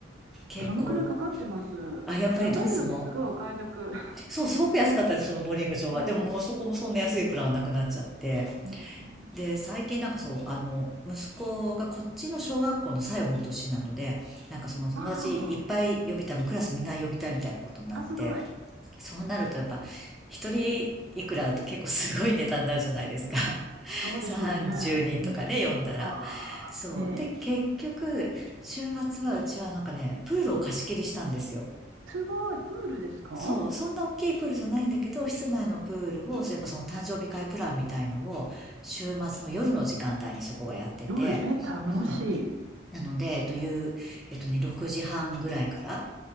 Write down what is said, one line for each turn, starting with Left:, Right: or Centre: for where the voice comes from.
Centre: 結構、
Right: そのくらいかかってます。
Centre: あ、やっぱりドイツも、
Right: 7ユーロってすごいお買い得。
Centre: そう、すごく安かったです、そのボーリング場は。
Right: <laughs> ええ。
Centre: でももうそこもそんな安いプランがなくなっちゃって。
Right: うん
Centre: で、最近なんかそう、あの、息子がこっちの小学校の最後の年なので、なんかその友達いっぱい呼びたい、
Right: ああ、
Centre: もうクラスみんな呼びたいみたいなことになって、
Right: あすごい。
Centre: そうなるとやっぱ、一人いくらだと結構すごい値段になるじゃないですか。<laughs>
Right: そうでしょうね。
Centre: 30人とかね、
Right: うん
Centre: 呼んだら。
Right: ああ、
Centre: そう。
Right: ええ。
Centre: で、結局、週末はうちはなんかね、プールを貸し切りしたんですよ。
Right: すごい、プールですか
Centre: そう、そんな大きいプールじゃないんだけど、室内のプールを、やっぱその誕生日会プランみたいのを、週末の夜の時間帯にそこがやってて、
Right: 夜、え、楽しい。
Centre: うん。なので、という、えっとね、6時半ぐらいから